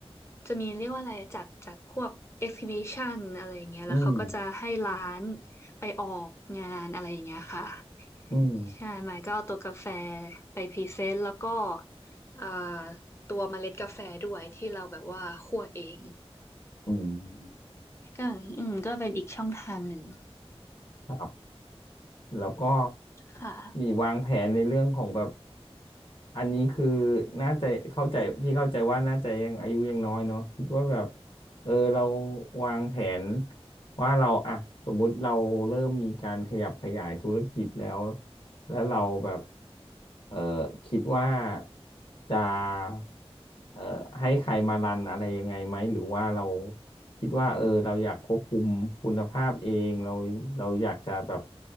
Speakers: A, on the left; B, on the left.
A: จะมีเรียกว่าอะไรอะจัดจัดพวก exhibition อะไรอย่างเงี้ยแล้วเขาก็จะให้ร้าน
B: อืม
A: ไปออกงานอะไรอย่างเงี้ยค่ะ
B: อืม
A: ใช่ไมค์ก็เอาตัวกาแฟไปพรีเซนต์แล้วก็เอ่อตัวเมล็ดกาแฟด้วยที่เราแบบว่าคั่วเอง
B: อืม
A: ก็อืมก็เป็นอีกช่องทางหนึ่ง
B: ครับแล้วก็
A: ค่ะ
B: มีวางแผนในเรื่องของแบบอันนี้คือน่าจะเข้าใจพี่เข้าใจว่าน่าจะยังอายุยังน้อยเนาะคิดว่าแบบ เออเราวางแผนว่าเราอ่ะสมมุติเราเริ่มมีการขยับขยายธุรกิจแล้วแล้วเราแบบเออคิดว่าจะเออให้ใครมารันอะไรยังไงไหมหรือว่าเราคิดว่าเออเราอยากควบคุมคุณภาพเองเราเราอยากจะแบบ